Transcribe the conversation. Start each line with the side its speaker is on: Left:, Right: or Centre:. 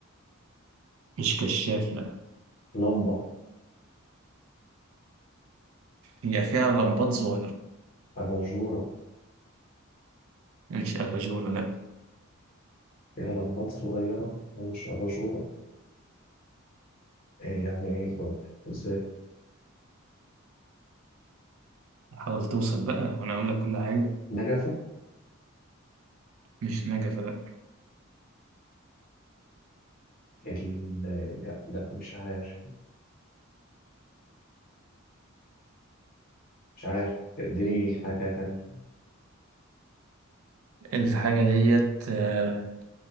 Right: مش كشاف لأ
Left: لمبة
Right: هي فيها لمبات صغيرة
Left: أباجورة
Right: مش أباجورة لأ
Left: فيها لمبات صغيرة هي مش أباجورة آه، يعني إيه دلوقتي إزاي
Right: حاول توصل بقى وأنا أقول لك كل حاجة
Left: نجفة
Right: مش نجفة لأ
Left: ال... لا لا مش عارف مش عارف اديني حاجة تانية
Right: الحاجة ديت آه،